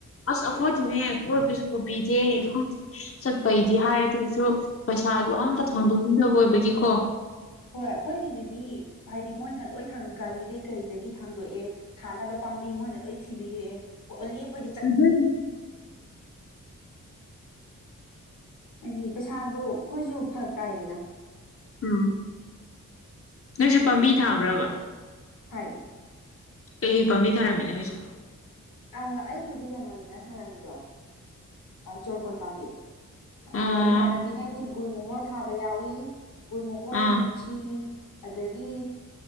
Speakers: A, on the left; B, on the left.
A: ꯑꯁ ꯑꯈꯣꯏꯗꯤꯅꯦ ꯀꯣꯏꯕꯁꯨ ꯄꯨꯕꯤꯗꯦ ꯈꯪꯗꯦ ꯆꯠꯄꯩꯗꯤ ꯍꯥꯏ ꯑꯗꫭꯁꯨ꯫ ꯄꯩꯁꯥꯗꯣ
B: ꯎꯝ
A: ꯑꯝꯇ ꯊꯣꯟꯗꯣꯛꯅꯤꯡꯗꯕ ꯑꯣꯏꯕꯒꯤꯀꯣ꯫
B: ꯍꯣꯏ ꯑꯈꯣꯏꯒꯤꯗꯨꯗꯤ ꯍꯥꯏꯗꯤ ꯃꯣꯏꯅ ꯂꯣꯏ ꯊꯥꯡ ꯒꯥꯔꯤꯗꯩ ꯀꯩꯗꯒꯤ ꯊꯥꯡꯗꯣꯛꯑꯦ꯫ ꯊꯥꯅꯕ ꯄꯥꯝꯕꯤ ꯃꯣꯏꯅ ꯂꯣꯏ ꯊꯤꯕꯤꯔꯦ ꯑꯣꯟꯂꯤ ꯑꯈꯣꯏ꯫
A: ꯫
B: ꯍꯥꯏꯗꯤ ꯄꯩꯁꯥꯗꯨ ꯑꯈꯣꯏꯁꯨ ꯐꯔꯛ ꯇꯥꯏꯗꯅ꯫
A: ꯎꯝ ꯅꯣꯏꯁꯨ ꯄꯥꯝꯕꯤ ꯊꯥꯕ꯭ꯔꯕ꯫
B: ꯊꯥꯏꯌ‌ꯦ꯫
A: ꯀꯩ ꯀꯩ ꯄꯥꯝꯕꯤ ꯊꯥꯔꯝꯃꯤꯅꫭ ꯍꯥꯏꯁ‌ꯦ꯫
B: ꯑꯥ ꯑꯩꯕꯨꯗꯤ ꯀꯩꯅꯣꯅꯤꯅ ꯊꯥꯔꯝꯃꯤꯗꯣ ꯆꯣꯔꯐꯣꯟ ꯄꯥꯝꯕꯤ꯫ ꯑꯗꯣ
A: ꯑꯥ
B: ꯏꯃꯥꯟꯅꯕꯤꯉꯩꯗꯤ ꯒꯨꯜ ꯃꯣꯍꯣꯔ ꯊꯥꯕ ꯌꯥꯎꯏꯤ ꯒꯨꯜ ꯃꯣꯍꯣꯔ
A: ꯑꯥ
B: ꯂꯤꯠ꯫ ꯆꯤ ꯑꯗꯒꯤ꯫